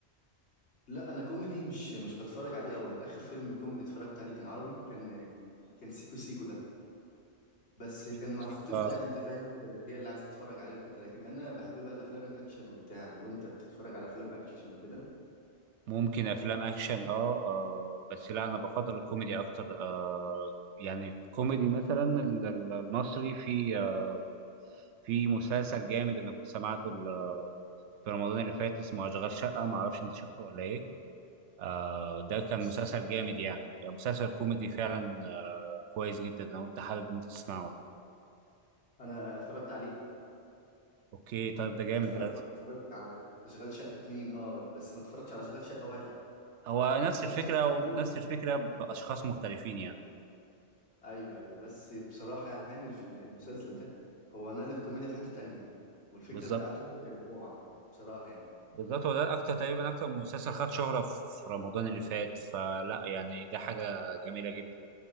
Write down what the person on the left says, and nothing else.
لا انا كوميدي مش مش بتفرج عليه قوي انا اخر فيلم كوميدي اتفرجت عليه كان عربي كان كان سيكو سيكو ده بس كان
مع خطيبتي
يعني انت فاهم كانت هي اللي عايزه تتفرج عليه وكده لكن انا بحب بقى الافلام الاكشن وبتاع لو انت بتتفرج على افلام اكشن وكده
بس
انا اتفرجت عليه
اتفرجت
اتفرجت على اشغال شقه اتنين اه بس ما اتفرجتش على اشغال شقه واحد
اشغال
شقه اتنين
ايوه ايوه بس بصراحه يعني الف- المسلسل ده هو نقل الكوميديا في حته تانية والفكره
بتاعته كانت روعه بصراحه يعني